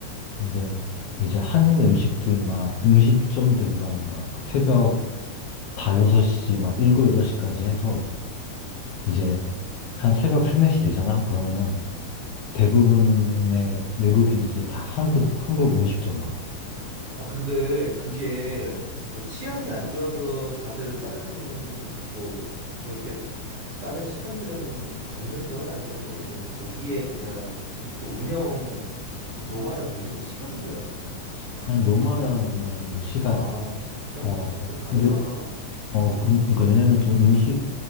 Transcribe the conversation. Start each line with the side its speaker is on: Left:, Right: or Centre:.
Left: 근데
Right: 음.
Left: 이제 한인 음식들만, 음식점들만 막 새벽 다 6시, 막 7, 8시까지 해서 이제 한 새벽 3, 4시 되잖아? 그러면은 대부분의 외국인들도 다 한국, 한국 음식점 와.
Right: 아, 근데 그게
Left: 어,
Right: 뭐 치안이 안 좋아서 다들 다른 뭐 그렇게 다른 식당들은 닫는 거야? 아니면은 이제 거기에 그냥 그 운영 노말한 운영 시간인 거야?
Left: 그냥 노멀한 운영 시간.
Right: 아, 진짜?
Left: 어,
Right: 어, 좀 다르다.
Left: 근데, 어, 그- 그러니까 얘네는 좀 음식